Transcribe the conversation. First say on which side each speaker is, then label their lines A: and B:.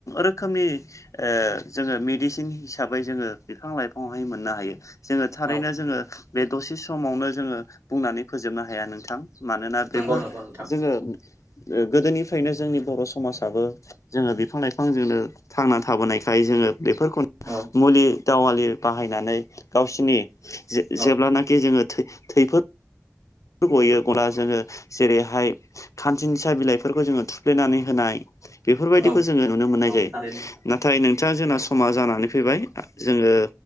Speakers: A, on the left; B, on the right.
A: रो रोखोमनि ओ जोङो मेडिसिन हिसाबै जोङो बिफां लाइफाङावहाय मोननो हायो। जोङो थारैनो
B: औ
A: जोङो बे दसे समावनो जोङो बुंनानै फोजोबनो हाया नोंथां मानोना
B: नंगौ
A: बेफोर
B: नंगौ नोंथां
A: जोङो गोदोनिफ्रायनो जोंनि बर' समाजाबो जोङो बिफां लाइफांजोंनो थांना थाबोनायखाय जोङो बेफोरखौ
B: औ
A: मुलि दावालि बाहायनानै गावसोरनि
B: औ
A: जेब्लानाखि जोङो थैफोर गयो गब्ला जोङो जेरैहाय खानसिंसा बिलाइफोरखौ जोङो थुफ्लेनानै होनाय बेफोरबायदिखौ
B: औ
A: जोङो नुनो मोननाय
B: औ
A: जायो।
B: थारैनो नोंथां
A: नाथाय नोंथां जोंना
B: औ
A: समा जानानै फैबाय जोङो